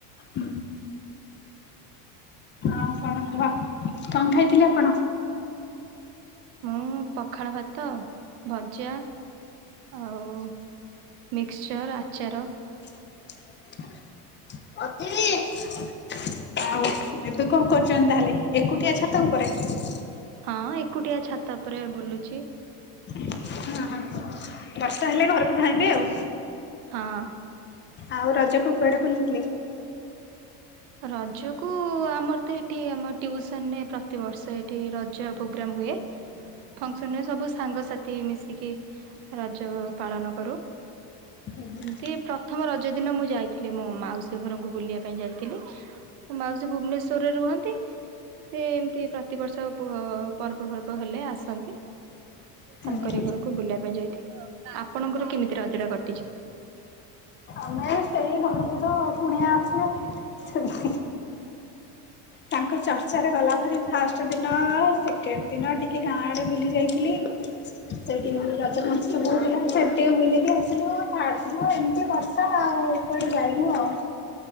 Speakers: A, on the left (about 25°); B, on the right (about 85°).
A: ହୁଁ। ଆଉ କଣ କୁହ। କଁ ଖାଇଥିଲେ ଆପଣ?
B: ମୁଁ ପଖାଳ ଭାତ, ଭଜା। ଆଉ ମିକ୍ସଚର୍, ଆଚାର।
A: ଅତି ବି ଆଉ ଏବେ କଣ କରୁଚନ୍ତି ତାହେଲେ, ଏକୁଟିଆ ଛାତ ଉପରେ?
B: ହଁ ଏକୁଟିଆ ଛାତ ଓପରେ ବୁଲୁଚି।
A: ହଁ, ହଁ, ବର୍ଷା ହେଲେ ଘରୁକୁ ଧାଇଁବେ ଆଉ।
B: ହଁ।
A: ଆଉ ରଜକୁୁ କୁଆଡ଼େ ବୁଲିଥିଲେ?
B: ରଜକୁ ଆମର ତ ଏଠି ଆମ ଟିୟୁସନ୍ ରେ ପ୍ରତିିବର୍ଷ ଏଠି ର ଚ ପ୍ରୋଗ୍ରାମ ହୁଏ, ଫଂକ୍ସନ୍ ରେ ସବୁ ସାଙ୍ଗସାଥି ମିଶିକି ରଜ ପାଳନ କରୁ।
A: ହଁ ହୁଁ
B: ଏମିତି ପ୍ରଥମ ରଜ ଦିନ ମୁଁ ଯାଇଥିଲି ମୋ ମାଉସୀ ଘରଙ୍କୁ ବୁଲିବା ପାଇଁ ଯାଇଥିଲି। ମାଉସୀ ଭୁବନେଶ୍ୱରରେ ରୁହନ୍ତି। ସେ ଏମିତି ପ୍ରତିବର୍ଷ ପର୍ବ ଫର୍ବ ହେଲେ ଆସନ୍ତି। ତାଙ୍କରି
A: ହୁଁ
B: ଘରକୁ ବୁଲିବା ପାଇଁ ଯାଇଥିଲୁ, ଆପଣଙ୍କର କେମିତି ରଜ ଟା କଟିଛି?
A: ଆମେ ସେଇ ଘରକୁ ତ କୁଣିଆ ଆସିଲେ ସେମତି ତାଙ୍କ ଚର୍ଚ୍ଚାରେ ଗଲାଭାରି ଫାଷ୍ଟ ଦିନ ସେକେଣ୍ଡ ଦିନ ଟିକେ ଗାଁ ଆଡେ ବୁଲି ଯାଇଥିଲି। ସେଠି ରଜ ମହୋତ୍ସବ ହଉଥିଲା, ସେଠି ବି ବୁଲିକି ଆସିଲୁ ଆଉ। ଫାଷ୍ଟଦିନ ଏମିତି କଥା ଆଉ କୁଆଡେ ଯାଇନୁ ଆଉ